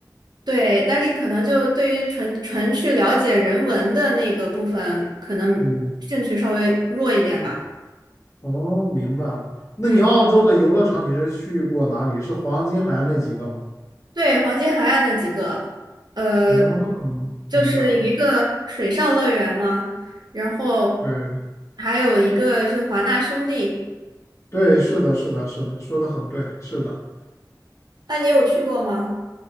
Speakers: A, on the right; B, on the left.
A: 对，但是可能就对于纯纯去了解人文的那个部分，可能兴趣稍微弱一点吧。
B: 嗯，哦，明白了。那你澳洲的游乐场你是去过哪里？
A: 嗯。
B: 是黄金海岸那几个吗？
A: 对，黄金海岸那几个，呃，
B: 哦，
A: 就是有一个水上乐园嘛，
B: 明白了。
A: 然后
B: 对
A: 还有一个是华纳兄弟，
B: 对，是的，是的，是的，说的很对，是的。
A: 那你有去过吗？